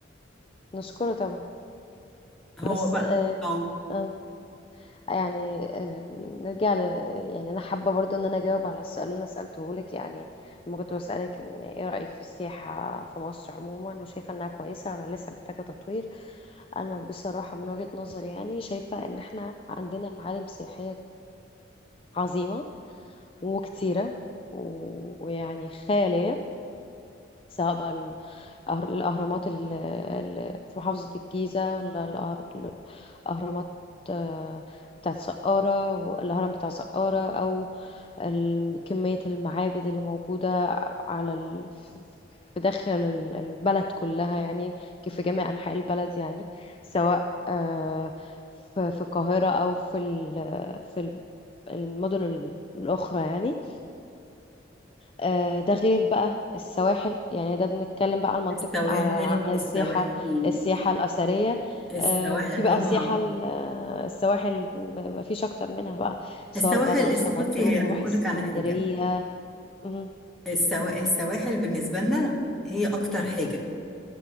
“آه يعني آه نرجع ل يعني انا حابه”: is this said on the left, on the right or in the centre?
Left